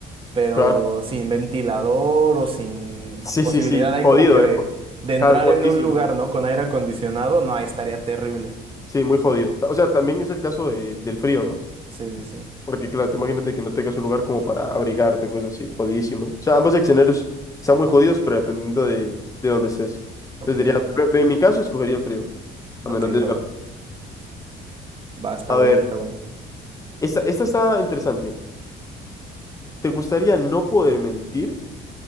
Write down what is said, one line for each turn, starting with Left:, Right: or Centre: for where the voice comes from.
Right: pero
Left: Claro.
Right: sin ventilador o sin
Left: Sí,
Right: posibilidad
Left: sí, sí,
Right: ahí
Left: jodido,
Right: como que de,
Left: eh, jo-
Right: de entrar
Left: claro, jodidísimo.
Right: en un lugar, ¿no? Con aire acondicionado, no, ahí estaría terrible.
Left: Sí, muy jodido. Ta- O sea, también es el caso de- del frío, ¿no?
Right: Sí, sí, sí.
Left: Porque, claro, te imagínate que no tengas un lugar como para abrigarte, cosas así, jodidísimo. O sea, ambos escenarios están muy jodidos, pero dependiendo de, de dónde estés. Entonces
Right: Ok,
Left: diría, pero en mi caso, escogería el frío, a
Right: ok,
Left: menos de...
Right: va, va, está
Left: A
Right: bueno,
Left: ver,
Right: está bueno.
Left: esta, esta está interesante. ¿Te gustaría no poder mentir